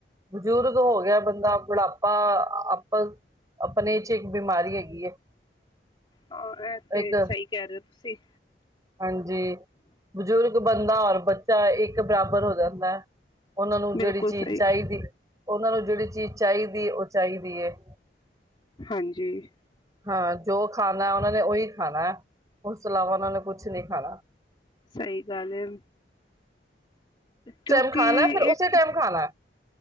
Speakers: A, on the right; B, on the left.
A: ਬਜ਼ੁਰਗ ਹੋ ਗਿਆ ਬੰਦਾ ਬੁਢਾਪਾ ਆਪਾਂ ਆਪਣੇ ਚ ਇੱਕ ਬਿਮਾਰੀ ਹੈਗੀ ਹੈ।
B: ਆਹ ਤੇ
A: ਇੱਕ
B: ਸਹੀ ਕਹਿ ਰਹੇ ਹੋ, ਸੀ,
A: ਹਾਂਜੀ ਬਜ਼ੁਰਗ ਬੰਦਾ ਔਰ ਬੱਚਾ ਇੱਕ ਬਰਾਬਰ ਹੋ ਜਾਂਦਾ ਉਹਨਾਂ ਨੂੰ ਜਿਹੜੀ
B: ਬਿਲਕੁਲ
A: ਚੀਜ਼
B: ਸਹੀ
A: ਚਾਹੀਦੀ ਉਹਨਾਂ ਨੂੰ ਜਿਹੜੀ ਚੀਜ਼ ਚਾਹੀਦੀ ਉਹ ਚਾਹੀਦੀ ਹੈ।
B: ਹਾਂਜੀ,
A: ਹਾਂ ਜੋ ਖਾਣਾ ਉਹਨਾਂ ਨੇ ਉਹੀ ਖਾਣਾ, ਉਸ ਤੋਂ ਇਲਾਵਾ ਉਹਨਾਂ ਨੇ ਕੁਛ ਨੀ ਖਾਣਾ
B: ਸਹੀ ਗੱਲ ਹੈ ਕਿਉਂਕਿ
A: ਟਾਈਮ ਖਾਣਾ ਫਿਰ
B: ਇੱਕ
A: ਉਸੇ ਟਾਈਮ ਖਾਣਾ